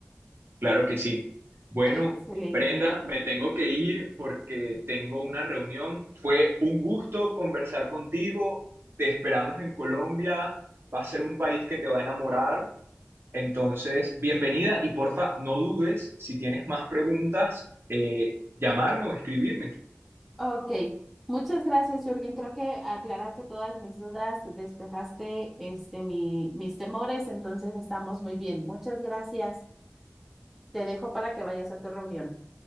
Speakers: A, on the right; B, in the centre.
A: Claro que sí. Bueno,
B: <laughs> Excelente.
A: Brenda, me tengo que ir porque tengo una reunión. Fue un gusto conversar contigo. Te esperamos en Colombia. Va a ser un país que te va a enamorar. Entonces, bienvenida y porfa, no dudes si tienes más preguntas, eh, llamarme o escribirme.
B: Ok, muchas gracias, Jürgen. Creo que aclaraste todas mis dudas, despejaste este, mi, mis temores, entonces estamos muy bien. Muchas gracias. Te dejo para que vayas a tu reunión.